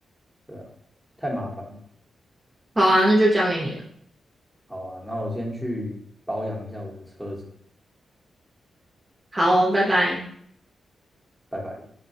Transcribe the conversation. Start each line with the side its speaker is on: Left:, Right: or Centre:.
Centre: 对啊，太麻烦。
Right: 好啊，那就交给你了。
Centre: 好啊，那我先去保养一下我的车子，
Right: 好哦，拜拜。
Centre: 拜拜。